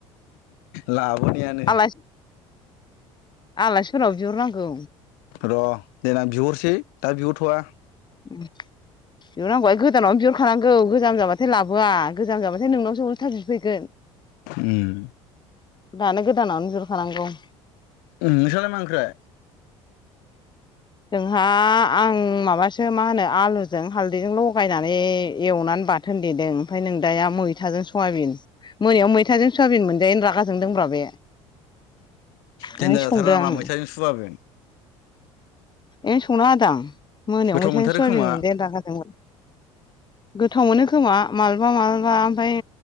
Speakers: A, on the left (about 65°); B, on the left (about 25°).
A: लाबोनायानो।
B: आलासि आलासिफोरनाव बिहरनांगौ।
A: र' देनां बिहरसै दा बिहरथ'आ।
B: उम बिहरनांगौहाय गोदानावनो बिहरखानांगौ गोजाम जाबाथाय लाबोआ गोजाम जाबाथाय। नोंनावसो उल्था बिफैगोन।
A: उम।
B: दानो गोदानावनो बिहरखानांगौ।
A: उम नोंसालाय मा ओंख्रै।
B: जोंहा आं माबासो मा होनो आलुजों हालदैजों लगायनानै एवनानै बा थोनदेदों ओमफ्राय नों दाया मैथाजों सयाबिन। मोनायाव मैथाजों सवाबिन मोनजायैनि रागाजोंदों ब्रा बे। ओंखाय
A: देनजार
B: संदों
A: जाथारा नामा
B: आंङो।
A: मैथाजों सुबाबो
B: ए संना होदों आं मोनायाव
A: गोथाव
B: मैथाजों
A: मोनथारो
B: सयाबिन
A: खोमा
B: मोनजायैनि रागा। गोथाव मोनो खोमा मालाबा मालाबा ओमफाय।